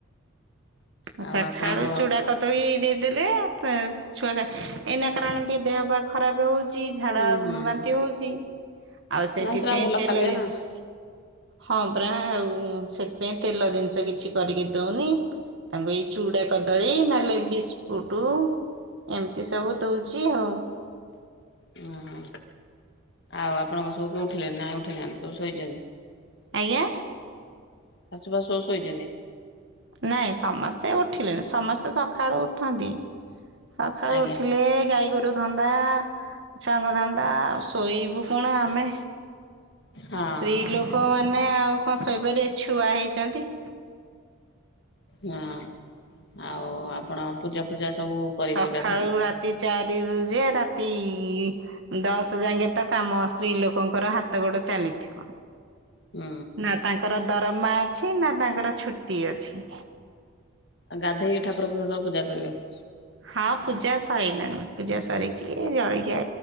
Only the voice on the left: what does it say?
ଆଉ
ଆପଣଙ୍କ
ହୁଁ ହୁଁ ହୁଁ
ନାଇଁ ସେଟା ଭଲ
ଖାଦ୍ୟ
ନା
ଓହୋ! ଆଉ ଆପଣଙ୍କ ସବୁ କେ ଉଠିଲେଣି ନା, ଉଠି ଉଠି ନାହାଁନ୍ତି, ସବୁ ଶୋଇଛନ୍ତି?
ଶାଶୁ ଫାଶୁ ସବୁ ଶୋଇଛନ୍ତି
ଆଜ୍ଞା
ହଁ
ହଁ, ଆଉ ଆପଣ ପୂଜା ଫୂଜା ସବୁ କରିବେ
ଗାଧେଇକି
ହୁଁ।
ଆଉ, ଗାଧେଇି ଠାକୁର ଙ୍କର ପୂଜା କରିବେ।